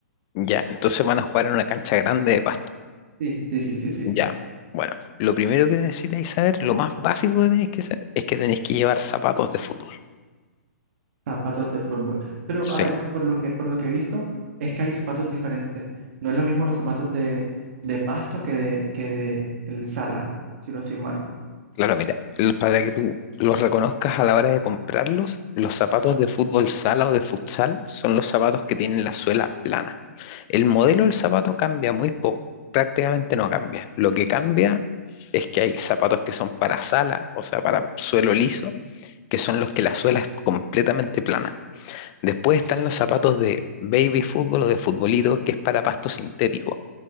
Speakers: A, on the left; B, on the right.
A: Ya, entonces van a jugar en una cancha grande de pasto.
B: Sí, sí, sí, sí, sí.
A: Ya, bueno, lo primero que necesitáis saber, lo más básico que tenéis que saber, es que tenéis que llevar zapatos de fútbol.
B: Zapatos de fútbol. Pero a
A: Sí,
B: ver, por lo que, por lo que he visto, es que hay zapatos diferentes. No es lo mismo los zapatos de, de pasto que de, que de el sala, si no estoy mal.
A: claro, mira, el- para que tú los reconozcas a la hora de comprarlos, los zapatos
B: Ajá.
A: de fútbol sala o de futsal son los zapatos que tienen la suela plana. El modelo del zapato cambia muy poco, prácticamente no cambia. Lo que cambia es que hay zapatos que son para sala, o sea, para suelo liso, que son los que la suela es completamente plana. Después están los zapatos de baby fútbol o de futbolito, que es para pasto sintético.